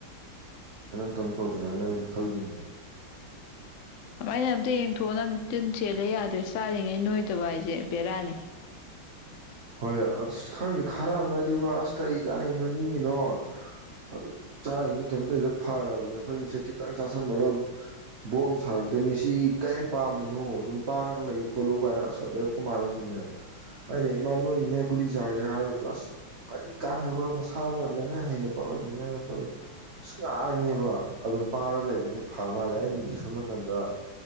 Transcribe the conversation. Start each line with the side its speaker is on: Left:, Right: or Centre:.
Right: ꯇꯪ ꯇꯧꯁꯤꯔꯛꯅ ꯑꯩꯁꯨ ꯈꯜꯂꯤꯅꯦ
Left: ꯑꯗꯨꯃꯥꯏꯩꯅ ꯑꯝꯇ ꯌꯦꯡꯊꯣꯛꯑꯣ ꯅꯪ ꯇꯤꯟ ꯆꯦꯜꯠꯂꯦ ꯌꯥꯗ꯭ꯔꯦ ꯆꯥꯔꯤꯉꯩ ꯅꯣꯏꯗꯕ ꯍꯥꯏꯁꯦ ꯕꯦꯔꯥꯅꯤ
Right: ꯍꯣꯏ ꯑ ꯈꯪꯗꯦ ꯈꯔꯑꯅꯠꯇꯕ ꯑꯁ ꯀꯔꯤ ꯀꯥꯟꯅ ꯅꯣꯏꯅꯤꯡꯉꯤꯅꯣ ꯑꯗꯨ ꯆꯥꯔꯤꯉꯩ ꯀꯩꯅꯣꯝ ꯇꯧꯗꯣ ꯐꯔꯕꯅꯦ ꯑꯩꯈꯣꯏꯁꯦ ꯈꯤꯇꯪ ꯆꯥꯥꯁꯟꯕꯒ ꯕꯣꯝ ꯊꯥꯔꯛꯇꯣꯏꯅꯤ ꯁꯤ ꯀꯔꯤꯝ ꯄꯥꯝꯕꯅꯣ ꯑꯗꯨꯝ ꯄꯥꯔꯒ ꯂꯩꯌꯨ ꯈꯣꯠꯂꯨ ꯀꯥꯏꯅ ꯑꯁ ꯑꯗꯩ ꯈꯨ ꯃꯥꯟꯅꯁꯨꯅꯦ ꯑꯩꯅ ꯃꯔꯣꯏꯅꯤꯅ ꯒꯨꯂꯤ ꯆꯥꯒꯦ ꯍꯥꯏꯔ ꯖꯁ ꯀꯔꯤ ꯀꯥꯟꯅꯕ ꯅꯁꯥꯅ ꯂꯥꯏꯅꯥ ꯍꯦꯟꯅ ꯄꯛꯂꯝꯅꯤꯉꯥꯏꯅ ꯈꯣꯠꯂ ꯁ ꯉꯥꯡꯉꯦꯕ ꯑꯗꯨꯝ ꯄꯥꯔ ꯂꯩꯕꯅꯤꯅ ꯐ ꯃꯥꯜꯂꯦ ꯑꯩꯅꯗꯤ ꯁꯣꯝ ꯅꯥꯀꯟꯗ